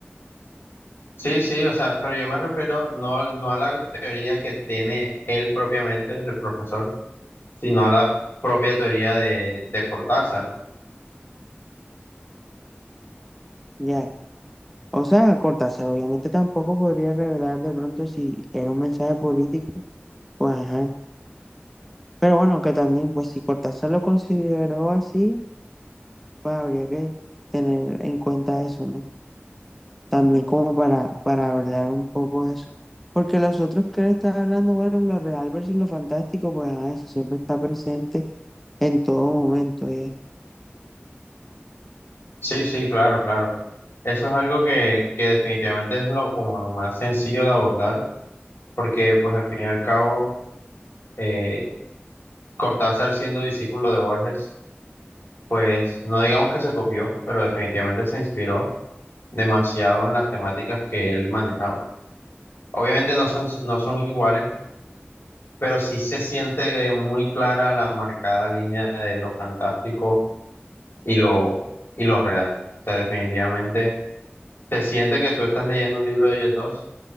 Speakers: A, on the left (about 65°); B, in the centre.
A: Sí, sí, o sea, pero yo me refiero no, al- no a la teoría que tiene él propiamente, el profesor, sino a la propia teoría de, de Cortázar.
B: Ya, O sea, Cortázar obviamente tampoco podría revelar de pronto si era un mensaje político, pues ajá. Pero bueno, que también, pues si Cortázar lo consideró así, pues habría que tener en cuenta eso, ¿no? También como para, para hablar un poco de eso. Porque los otros que él está hablando, bueno, lo real versus lo fantástico, pues ajá, eso siempre está presente en todo momento, ¿ya?
A: Sí, sí, claro, claro. Eso es algo que, que definitivamente es lo, como lo más sencillo de abordar, porque pues al fin y al cabo, eh, Cortázar siendo discípulo de Borges, pues no digamos que se copió, pero definitivamente se inspiró demasiado en las temáticas que él manejaba. Obviamente no son, no son iguales pero sí se siente muy clara la marcada línea de lo fantástico y lo, y lo real. O sea, definitivamente se siente que tú estás leyendo un libro de ellos dos,